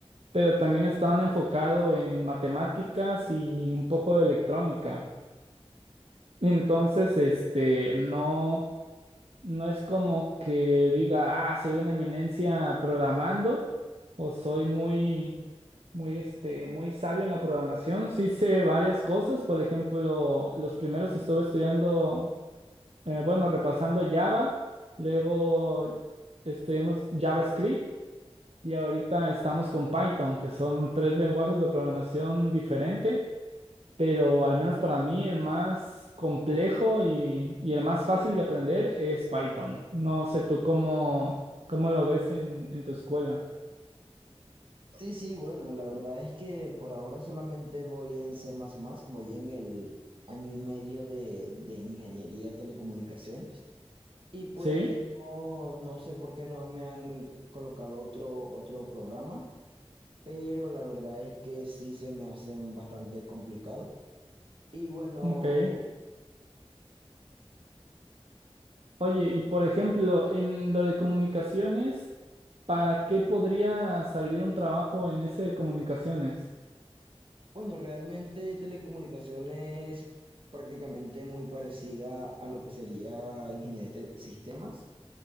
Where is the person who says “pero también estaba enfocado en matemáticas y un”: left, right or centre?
Right